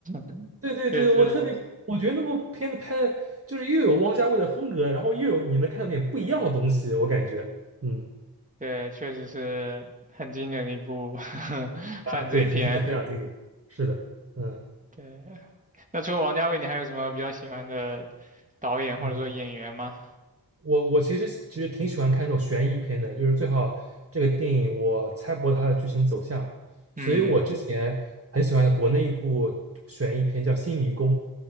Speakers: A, on the right; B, on the right.
A: <laughs>
B: 对对对，
A: 确实是，
B: 我特别，我觉得那部片子拍的就是又有汪家卫的风格，然后又有你能看到点不一样的东西，我感觉。嗯
A: 对，确实是很经典的一部 <laughs>
B: 啊，
A: 犯罪片。
B: 对，很经典，非常经典。是的，嗯
A: 对，那除了王家卫，你还有什么比较喜欢的导演或者说演员吗？
B: 嗯。我我其实其实挺喜欢看这种悬疑片的，就是最好这个电影我猜不到它的剧情走向，
A: 嗯。
B: 所以我之前很喜欢的国内一部悬疑片叫《新迷宫》，